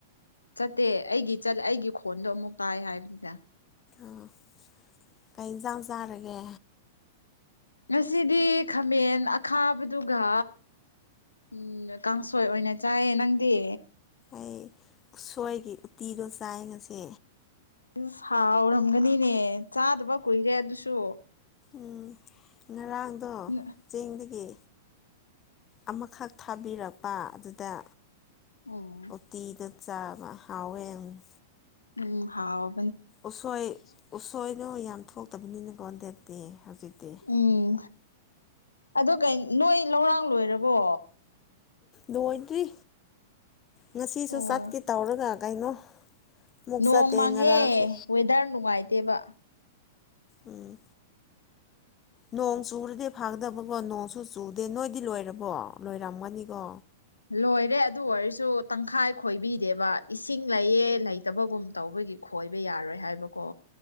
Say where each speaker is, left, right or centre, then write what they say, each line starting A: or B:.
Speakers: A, on the left; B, on the left.
A: ꯆꯠꯇꯦ ꯑꯩꯒꯤ ꯆꯠ ꯑꯩꯒꯤ ꯈꯣꯟꯗꯣ ꯑꯃꯨꯛ ꯇꯥꯏ ꯍꯥꯏꯕꯅꯤꯗ
B: ꯑꯥ ꯀꯩ ꯏꯟꯖꯥꯡ ꯆꯥꯔꯒꯦ
A: ꯉꯁꯤꯗꯤ ꯈꯥꯃꯦꯟ ꯑꯈꯥꯕ ꯑꯗꯨꯒ ꯎꯝ ꯀꯥꯡꯁꯣꯏ ꯑꯣꯏꯅ ꯆꯥꯏꯌꯦ ꯅꯪꯗꯤ
B: ꯑꯩ ꯎꯁꯣꯏꯒꯤ ꯎꯇꯤꯗꯣ ꯆꯥꯏ ꯉꯁꯤ
A: ꯑꯗꯨ ꯁꯥꯎꯔꯝꯒꯅꯤꯅꯦ ꯆꯥꯗꯕ ꯀꯨꯏꯔꯦ ꯑꯗꯨꯁꯨ
B: ꯎꯝ ꯉꯔꯥꯡꯗꯣ
A: ꯎꯝ
B: ꯆꯦꯡꯗꯒꯤ ꯑꯃꯈꯛ ꯊꯥꯕꯤꯔꯛꯄ ꯑꯗꯨꯗ
A: ꯑꯣ
B: ꯇꯤꯗ ꯆꯥꯕ ꯍꯥꯎꯋꯦ ꯑꯃꯨꯛ
A: ꯎꯝ ꯍꯥꯎ
B: ꯎꯁꯣꯏ ꯎꯁꯣꯏꯅꯣ ꯌꯥꯝ ꯊꯣꯛꯇꯕꯅꯤꯅꯀꯣ ꯍꯟꯗꯞꯇꯤ ꯍꯧꯖꯤꯛꯇꯤ
A: ꯎꯝ ꯑꯗꯣ ꯀꯩ ꯅꯣꯏ ꯂꯧꯔꯥꯡ ꯂꯣꯏꯔꯕꯣ
B: ꯂꯣꯏꯗ꯭ꯔꯤ ꯉꯁꯤꯁꯨ
A: ꯑꯣ
B: ꯆꯠꯀꯦ ꯇꯧꯔꯒ ꯀꯩꯅꯣ ꯑꯃꯨꯛ
A: ꯅꯣꯡ
B: ꯆꯠꯇꯦ
A: ꯃꯪꯉꯦ
B: ꯉꯔꯥꯡꯁꯨ
A: ꯋꯦꯗꯔ ꯅꯨꯡꯉꯥꯏꯇꯦꯕ
B: ꯎꯝ ꯅꯣꯡ ꯆꯨꯔꯗꯤ ꯐꯥꯒꯗꯕꯀꯣ ꯅꯣꯡꯁꯨ ꯆꯨꯗꯦ ꯅꯣꯏꯗꯤ ꯂꯣꯏꯔꯕꯣ ꯂꯣꯏꯔꯝꯒꯅꯤꯀꯣ
A: ꯂꯣꯏꯔꯦ ꯑꯗꯨ ꯑꯣꯏꯔꯁꯨ ꯇꯪꯈꯥꯏ ꯈꯣꯏꯕꯤꯗꯦꯕ ꯏꯁꯤꯡ ꯂꯩꯌꯦ ꯂꯩꯇꯕꯒꯨꯝ ꯇꯧꯕꯒꯤ ꯈꯣꯏꯕ ꯌꯥꯔꯣꯏ ꯍꯥꯏꯕꯀꯣ